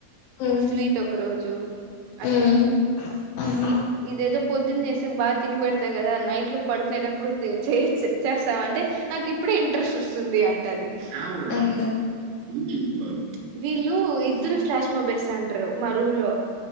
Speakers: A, on the left; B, on the right.
A: ఉమ్
B: స్వీట్ ఒక రోజు అట్లా
A: ఉమ్ ఆహా
B: నీ ఇదేదో పొద్దున్న చేసే బా తిని పెడతా కదా నైట్లు పడుకునేటప్పుడు చేయ్ చేస్తావా అంటే నాకు ఇప్పుడే ఇంట్రెస్ట్ వస్తుంది అంటాది హవ
A: ఆహా
B: బ్యూూస్ మ వీళ్ళు ఇద్దరు ఫ్లాష్ మాబ్ వేస్తంటారు మా రూమ్ లో